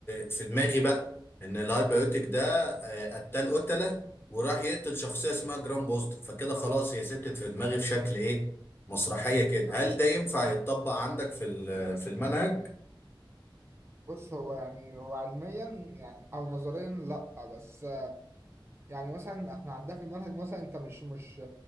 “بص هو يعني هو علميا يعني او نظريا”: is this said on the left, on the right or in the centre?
Right